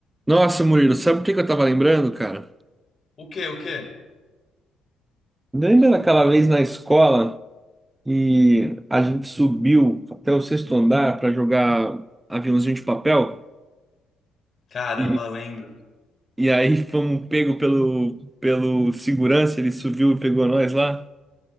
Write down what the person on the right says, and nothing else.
Nossa, Murilo, sabe o que que eu tava lembrando, cara?
Lembra daquela vez na escola e a gente subiu até o sexto andar para jogar aviãozinho de papel?
E,
e aí fomos pego pelo, pelo segurança, ele subiu e pegou nós lá?